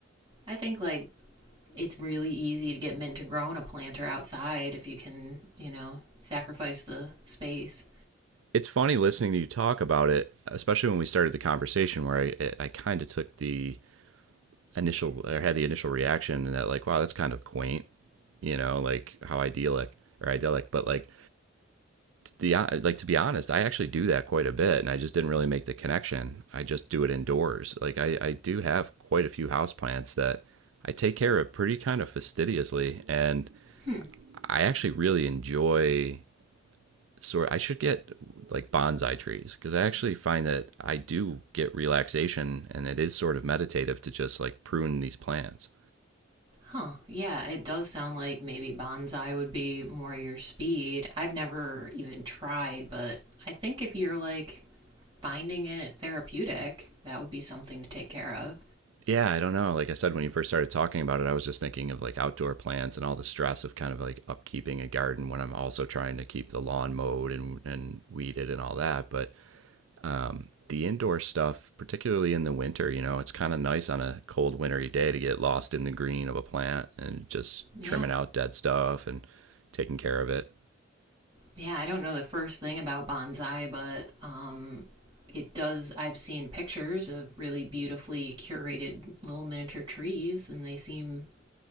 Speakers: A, on the right; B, on the right.
A: I think like it's really easy to get mint to grow in a planter outside if you can, you know, sacrifice the space.
B: It's funny listening to you talk about it, especially when we started the conversation where I I kind of took the initial or had the initial reaction and that like wow that's kind of quaint, you know, like how idyllic or idyllic, but like the uh, like to be honest, I actually do that quite a bit, and I just didn't really make the connection. I just do it indoors. Like I, I do have quite a few house plants that I take care of pretty kind of fastidiously, and
A: Hmm.
B: I actually really enjoy. Sort I should get like bonsai trees because I actually find that I do get relaxation, and it is sort of meditative to just like prune these plants.
A: Huh. Yeah, it does sound like maybe bonsai would be more your speed. I've never even tried, but I think if you're like finding it therapeutic, that would be something to take care of.
B: yeah, I don't know. Like I said, when you first started talking about it, I was just thinking of like outdoor plants and all the stress of kind of like upkeeping a garden when I'm also trying to keep the lawn mowed and, and weeded and all that. But um, the indoor stuff, particularly in the winter, you know, it's kind of nice on a cold wintry day to get lost in the green of a plant and just
A: Yeah.
B: trimming out dead stuff and taking care of it.
A: Yeah, I don't know the first thing about bonsai, but um it does I've seen pictures of really beautifully curated little miniature trees and they seem